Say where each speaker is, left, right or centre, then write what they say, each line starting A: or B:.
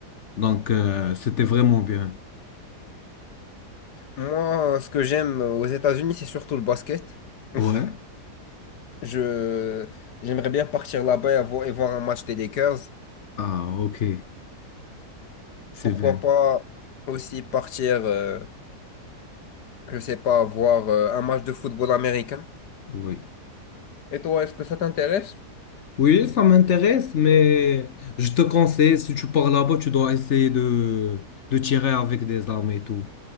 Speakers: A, on the left; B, on the left.
A: donc, euh, c'était vraiment bien.
B: Moi, ce que j'aime aux États-Unis, c'est surtout le basket. <laughs>
A: Ouais.
B: Je, j'aimerais bien partir là-bas et, avo- et voir un match des Lakers.
A: Ah, ok. C'est
B: Pourquoi
A: bien.
B: pas aussi partir, euh, je sais pas, voir euh, un match de football américain.
A: Oui.
B: Et toi, est-ce que ça t'intéresse?
A: Oui, ça m'intéresse, mais je te conseille, si tu pars là-bas, tu dois essayer de, de tirer avec des armes et tout.